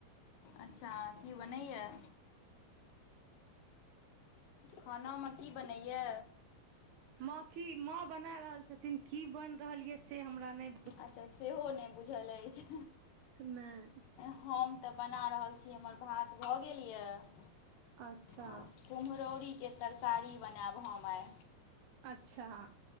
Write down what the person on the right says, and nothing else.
मां की मां बना रहल छथिन की बैन रहल ये से हमरा नहि
खेनाई।
अच्छा
अच्छा।